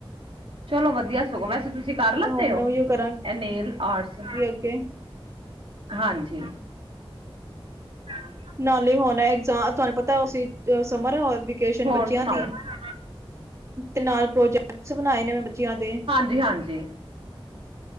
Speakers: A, on the right (about 70°); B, on the right (about 30°).
A: ਚਲੋ ਵਧੀਆ ਸਗੋਂ ਵੈਸੇ ਤੁਸ। ਤੁਸੀਂ ਕਰ ਲਤੇ
B: ਹੁਣ
A: ਹੋ
B: ਉਹੀਓ ਕਰਾਂਗੀ
A: ਏ ਨੇਲ ਆਰਟਸ
B: ਅੱਗੇ
A: ਹਾਂਜੀ। ਹਾਂ। <unintelligible>
B: ਨਾਲ ਹੀ ਹੋਨ ਐਗਜ਼ਾ ਤੁਹਾਨੂੰ ਪਤਾ ੳ ਸਮਰ ਏਜੁਕੇਸ਼ਨ
A: ਹੋਰ
B: ਬੱਚਿਆਂ
A: ਸੁਣਾਓ
B: ਦੀ ਤੇ ਨਾਲ ਪ੍ਰੋਜੈਕਟਸ ਬਨਾਏ ਨੇ ਮੈਂ ਬੱਚਿਆਂ ਦੇ।
A: ਜੀ ਹਾਂਜੀ